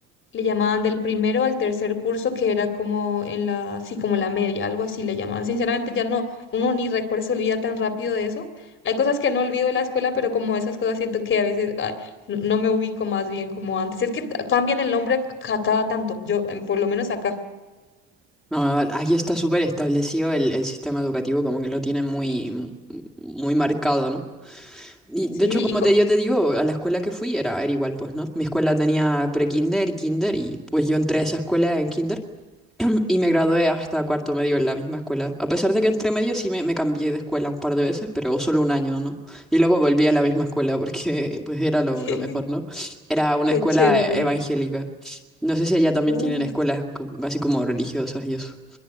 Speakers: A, on the left; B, in the centre.
A: le llamaban del primero al tercer curso, que era como en la, sí, como la media, algo así le llamaban. Sinceramente, ya no, uno ni recuerda, se olvida tan rápido de eso. Hay cosas que no olvido de la escuela, pero como esas cosas siento que a veces ay, no no me ubico más bien como antes. Es que t- cambian el nombre a cada tanto, yo, en- por lo menos acá.
B: No, aquí está súper establecido el, el sistema educativo, como que lo tienen muy, muy marcado, ¿no? Y de
A: Sí,
B: hecho, como
A: y co-
B: te, yo te digo, a la escuela que fui era, era igual, pues, ¿no? Mi escuela tenía pre-kinder, kinder, y pues yo entré a esa escuela en kinder. Y me gradué hasta cuarto medio en la misma escuela. A pesar de que entre medio sí me, me cambié de escuela un par de veces, pero solo un año, ¿no? Y luego volví a la misma escuela porque <laughs> pues era lo,
A: <laughs>
B: lo mejor, ¿no? Era una
A: qué
B: escuela
A: chévere.
B: evangélica. No sé si allá también
A: Uh,
B: tienen escuelas co- así como religiosas y eso.